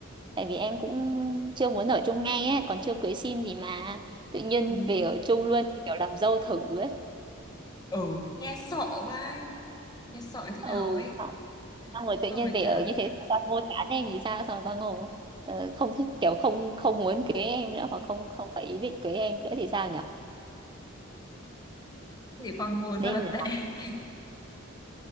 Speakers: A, on the right; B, on the left.
A: tại vì em cũng chưa muốn ở chung ngay ấy còn chưa cưới xin gì mà tự nhiên
B: ừ
A: về ở chung luôn kiểu làm dâu thử ấy
B: ừ nghe sợ vai nghe sợ như thế
A: ừ
B: nào ấy
A: xong xong rồi tự
B: so
A: nhiên
B: với
A: về
B: cả
A: ở như thế con mua chán em thì sao xong con ngủ ờ, không thích kiểu không không muốn cưới em nữa hoặc không không phải ý định cưới em nữa thì sao nhở
B: thì con ngô rất
A: nên
B: là tệ <laughs>